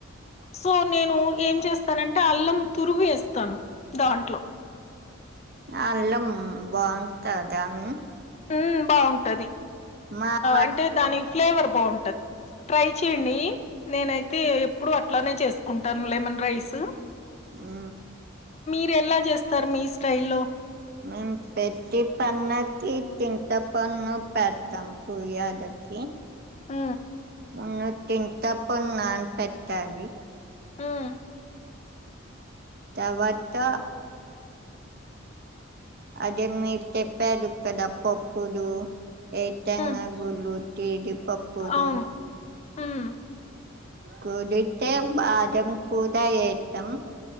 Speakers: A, on the left; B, on the right.
A: సో నేను ఏం చేస్తానంటే అల్లం తురుగు వేస్తాను దాంట్లో
B: అల్లం బాగుంటాదాని
A: ఉ బాగుంటది
B: మా వరకు
A: అంటే దాని ఫ్లేవర్ బాగుంటది ట్రై చేయడి నేనైతే ఎప్పుడు అట్లానే చేసుకుంటాను లెమన్ రైస్
B: ఆ
A: మీరు ఎలా చేస్తారు మీ స్టైల్ లో
B: మేము పెట్టి పన్నకి తింత పన్ను పెడతాం కుర్ద ఆ
A: ఉ
B: ఉన్ తిన్ తప్ప నాన్పెట్టాలి
A: ఉమ్
B: తవత్త అదే మీరు చెప్పారు కదా పప్పులు ఎయితంగా
A: ఉమ్
B: గులు జీడి పప్పులు
A: అవును ఉమ్
B: కూదితే బాదం కూడ ఎత్తం